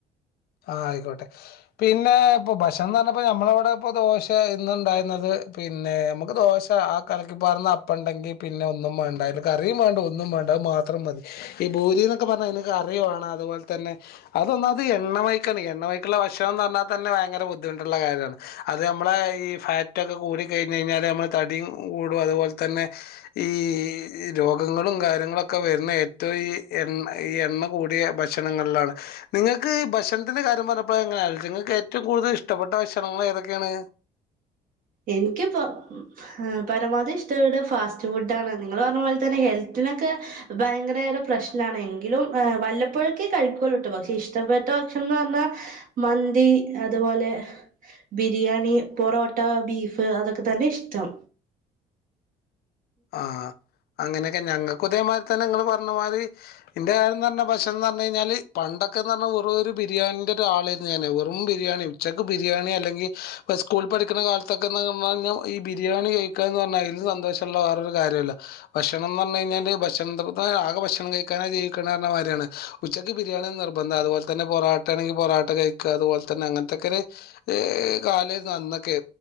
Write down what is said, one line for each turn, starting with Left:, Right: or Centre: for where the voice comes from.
Left: ആഹ് ആയിക്കോട്ടെ പിന്നെ ഇപ്പൊ ഭക്ഷണംന്ന് പറഞ്ഞപ്പോ ഞമ്മളവിടെ ഇപ്പ ദോശ ഇന്ന് ഉണ്ടായിരുന്നത് പിന്നെ നമുക്ക് ദോശ ആ കലക്കിപ്പാറുന്ന അപ്പം ഉണ്ടെങ്കി പിന്നെ ഒന്നും വേണ്ട അതിലക്ക് കറിയും വേണ്ട ഒന്നും വേണ്ട അത് മാത്രം മതി ഈ ബൂരി എന്നൊക്കെ പറഞ്ഞാൽ അതിലക്ക് കറി വേണം അതുപോലെ തന്നെ അതൊന്നാമത് എ എണ്ണമയക്കാണ് എണ്ണമയക്കുള്ള ഭക്ഷണം എന്ന് പറഞ്ഞാൽ തന്നെ ഭയങ്കര ബുദ്ധിമുട്ടുള്ള കാര്യണ് അത് നമ്മളെ ഈ ഫാറ്റൊക്കെ കൂടി കഴിഞ്ഞ് കഴിഞ്ഞാല് നമ്മളെ തടിയും കൂടും അതുപോലെ തന്നെ ഈ രോഗങ്ങളും കാര്യങ്ങളൊക്കെ വരുന്ന ഏറ്റവും ഈ എണ്ണ എണ്ണ കൂടിയ ഭക്ഷണങ്ങളിലാണ് നിങ്ങക്ക് നിക്ക് ഭക്ഷണത്തിന്റെ കാര്യം പറഞ്ഞപ്പോഴ എങ്ങനെയങ്ങൾക്ക് ഏറ്റവും കൂടുതൽ ഇഷ്ടപ്പെട്ട ഭക്ഷണങ്ങൾ ഏതൊക്കെയാണ്
Right: എനിക്ക്പ്പോ പരമാവധി ഇഷ്ടപ്പെട്ട ഫാസ്റ്റ് ഫുഡ ആണ് നിങ്ങൾ പറഞ്ഞ പോലെ തന്നെ ഹെൽത്തിനൊക്കെ ഭയങ്കരേറെ പ്രശ്നമാണ് എങ്കിലും വല്ലപ്പോഴക്കേ കഴിക്കൊള്ളൂട്ടോ പക്ഷെ ഇഷ്ടപ്പെട്ട ഭക്ഷണം എന്ന് പറഞ്ഞാൽ മന്തി അതുപോലെ ബിരിയാണി പൊറോട്ട ട്ട ബീഫ് അതൊക്കെ തന്നെ ഇഷ്ടം
Left: ആ അങ്ങനെയൊക്കെ ഞങ്ങൾക്കുതേമാതിരി തന്നെ നിങ്ങള് പറഞ്ഞ മാതിരി എന്റെ കാര്യം പറഞ്ഞ ഭക്ഷണം എന്ന് പറഞ്ഞ് കഴിഞ്ഞാല് പണ്ടൊക്കെന്ന് പറഞ്ഞാൽ വെറൊരു ബിരിയാണിന്റെ ഒരാളായിരുന്നു ഞാൻ വെറും ബിരിയാണി ഉച്ചക്ക് ബിരിയാണി അല്ലെങ്ക ഇ സ്കൂള പഠിക്കുന്ന കാലത്തൊക്കെന്ന് പറഞ്ഞ് കഴിഞ്ഞ ഈ ബിരിയാണി കഴിക്കാന്നു പറഞ് കഴിഞ്ഞ അതിലും സന്തോഷം ള്ള വേറൊരു കാര്യമല്ല ഭക്ഷണംന്ന് പറഞ്ഞു കഴിഞ്ഞാല് ഭക്ഷണ ആകെ ഭക്ഷണം കഴിക്കാനാ ജീവിക്കണ പറഞ്ഞ കാര്യാണ് ഉച്ചക്ക് ബിരിയാണി നിർബന്ധം അതുപോലെ തന്നെ പൊറാട്ട ആണെങ്കിൽ പൊറാട്ട കഴിക്കുക അതുപോലെ തന്നെ അങ്ങനത്തെക്കെരു കാലായിരുന്നു അന്നൊക്കെ